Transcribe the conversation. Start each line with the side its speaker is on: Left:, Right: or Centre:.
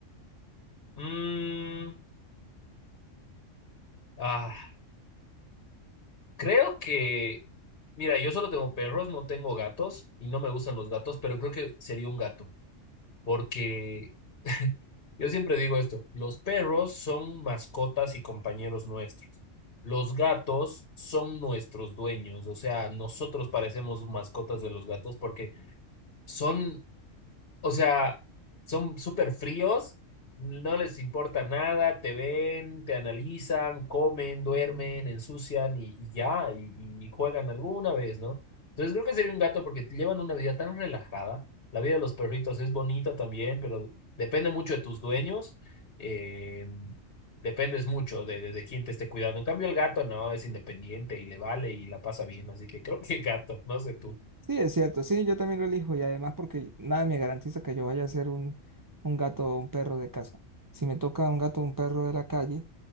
Left: Mm, ah, creo que, mira, yo solo tengo perros, no tengo gatos y no me gustan los gatos, pero creo que sería un gato. porque <laughs> yo siempre digo esto, los perros son mascotas y compañeros nuestros. Los gatos son nuestros dueños, o sea, nosotros parecemos mascotas de los gatos porque son o sea, son súper fríos, no les importa nada, te ven, te analizan, comen, duermen, ensucian y, y ya, y, y juegan alguna vez, ¿no? Entonces creo que sería un gato porque te llevan una vida tan relajada. La vida de los perritos es bonita también, pero depende mucho de tus dueños. eh, dependes mucho de, de, de quién te esté cuidando. En cambio, el gato no, es independiente y le vale y la pasa bien. Así que creo que gato, no sé tú.
Right: Sí, es cierto, sí, yo también lo elijo y además porque nada me garantiza que yo vaya a ser un, un gato o un perro de casa. Si me toca un gato o un perro de la calle,